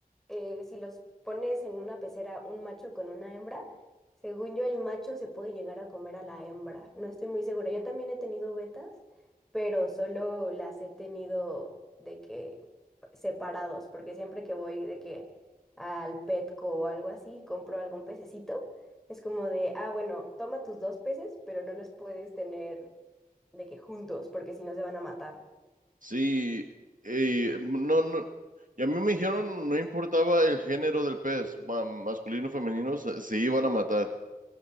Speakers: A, in the centre; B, on the right.
A: eh, si los pones en una pecera un macho con una hembra, según yo el macho se puede llegar a comer a la hembra. No estoy muy segura. Yo también he tenido betas, pero solo las he tenido de que separados, porque siempre que voy de que al Petco o algo así, compro algún pececito, es como de, ah, bueno, toma tus dos peces, pero no los puedes tener de que juntos, porque si no se van a matar.
B: Sí, y no, no, y a mí me dijeron no importaba el género del pez, ma- masculino o femenino, se, se iban a matar.